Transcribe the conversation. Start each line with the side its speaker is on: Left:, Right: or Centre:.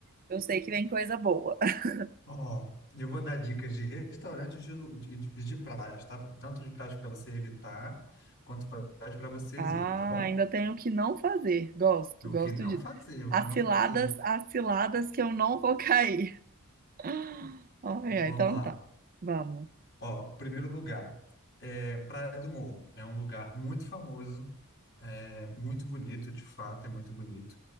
Right: eu sei que vem coisa boa. <laughs>
Left: Ó, eu vou dar dicas de restaurantes de, lu- de, de de praias, tá? Tanto de praias para você evitar, quanto praias para vocês
Right: Ah,
Left: irem, tá bom?
Right: ainda tenho o que não fazer. Gosto,
Left: O
Right: gosto
Left: que não
Right: de.
Left: fazer, o
Right: As
Left: que não
Right: ciladas,
Left: fazer.
Right: as ciladas que eu não vou <laughs> cair. <gasps> Ai, ai,
Left: Vamos
Right: então
Left: lá.
Right: tá. Vamos.
Left: Ó, primeiro lugar, é Praia do Morro. É um lugar muito famoso, é muito bonito, de fato, é muito bonito.